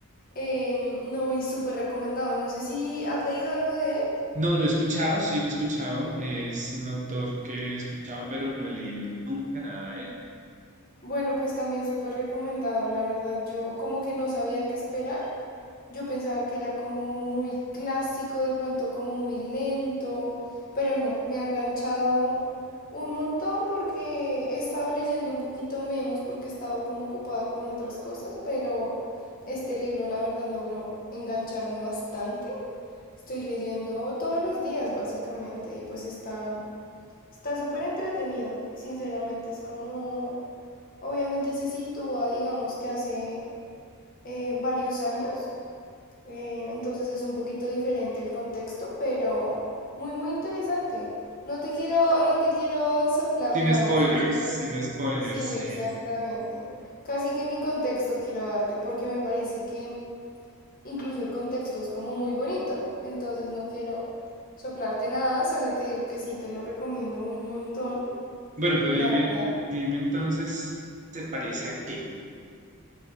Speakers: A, on the left (about 40°); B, on the right (about 35°).
A: Em, no, y súper recomendado, no sé si has leído algo de él,
B: No, lo he escuchado, sí lo he escuchado. Es un autor que he escuchado, pero no he leído nunca nada de él.
A: bueno, pues también súper recomendado, la verdad, yo como que no sabía qué esperar. Yo pensaba que era como muy clásico, de pronto como muy lento, pero no, me ha enganchado un montón porque he estado leyendo un poquito menos porque he estado como ocupada con otras cosas, pero este libro la verdad logró engancharme bastante. Estoy leyendo todos los días básicamente y pues está está súper entretenido, sinceramente es como obviamente se sitúa digamos que hace eh, varios años eh, entonces es un poquito diferente el contexto, pero muy, muy interesante. No te quiero, no te quiero soplar
B: Sin
A: nada,
B: spoilers,
A: así que creo
B: sin
A: que
B: spoilers,
A: sí,
B: sí.
A: exactamente. Casi que ni contexto quiero darte, porque me parece que incluso el contexto es como muy bonito. Entonces no quiero soplarte nada, solo te digo que sí te lo recomiendo un montón,
B: Bueno, pero
A: la
B: dime,
A: verdad.
B: dime entonces, ¿se parece a qué?